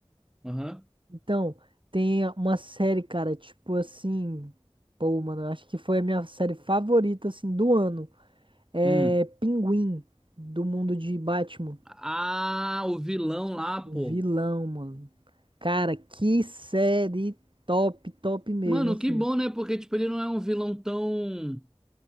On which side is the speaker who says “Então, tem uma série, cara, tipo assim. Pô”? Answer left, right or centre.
Right